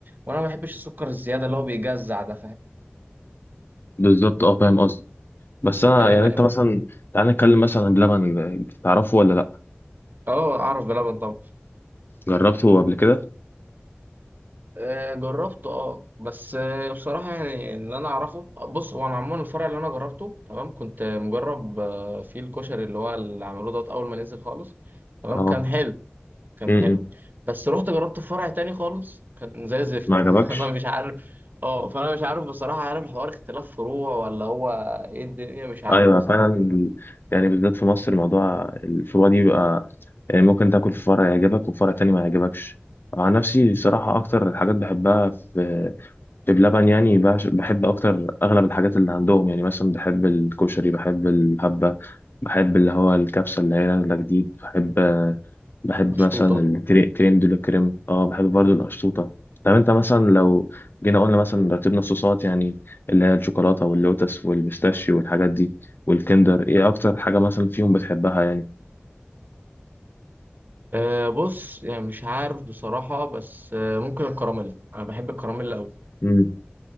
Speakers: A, on the right; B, on the left.
A: وانا ما بحبش السكر الزياده اللي هو بيجزع ده
B: بالظبط اه فاهم قصدي بس انا
A: فاهم
B: يعني انت مثلا تعال نتكلم مثلا عن بلبن تعرفه ولا لا
A: اه اعرف بلبن طبعا
B: جربته قبل كده
A: آه، جربته اه بس آه، بصراحه يعني اللي انا اعرفه بص هو انا عموما الفرع اللي انا جربته تمام كنت مجرب آه، فيه الكشري اللي هو اللي عملوه دوت اول ما نزل خالص تمام
B: اه
A: كان حلو كان
B: امم
A: حلو بس رحت جربت في فرع تاني خالص كان زي زفت
B: ما عجبكش
A: <laughs> انا مش عارف اه فانا مش عارف بصراحه عارف الحوار اختلاف فروع ولا هو ايه الدنيا مش عارف
B: ايوه
A: بصراحه
B: فعلا ال- يعني بالذات في مصر موضوع الفروع دي بيبقى يعني ممكن تاكل في فرع يعجبك وفرع تاني ما يعجبك عن نفسي بصراحة أكتر الحاجات بحبها في بلبن يعني بعش- بحب اكتر اغلب الحاجات اللي عندهم يعني مثلا بحب الكشري بحب الهبة بحب اللي هو الكبسة اللي هي نازلة جديد بحب بحب
A: اشطوطه
B: مثلا الكريم دول الكريم اه بحب برضو القشطوطة طب انت مثلا لو جينا قلنا مثلا رتبنا الصوصات يعني اللي هي الشوكولاتة واللوتس والبيستاشيو والحاجات دي والكندر ايه اكتر حاجة مثلا فيهم بتحبها يعني
A: أه بص يعني مش عارف بصراحة بس آه، ممكن الكراميل أنا بحب الكراميل أوي
B: مم.